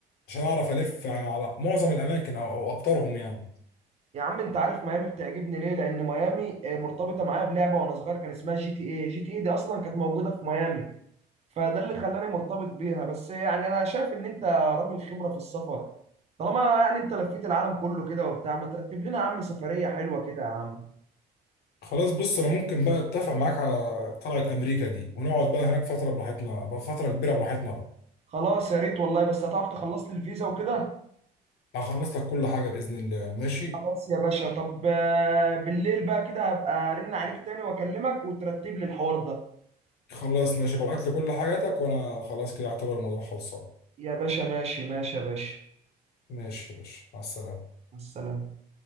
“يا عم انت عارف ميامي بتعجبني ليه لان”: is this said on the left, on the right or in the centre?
Right